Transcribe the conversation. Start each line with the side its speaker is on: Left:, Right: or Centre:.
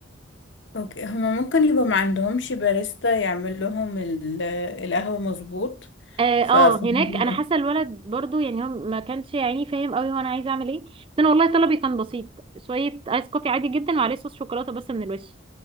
Left: اوكي هما ممكن يبقى ما عندهمش باريستا يعمل لهم ال- القهوة مظبوط
Right: اه
Left: ففهمك
Right: آه، هناك انا حاسه الولد برضو يعني هو ما كانش يعني فاهم قوي هو انا عايزه اعمل ايه بس انا والله طلبي كان بسيط شويه ايس كوفي عادي جدا وعليه صوص شوكولاته بس من الوش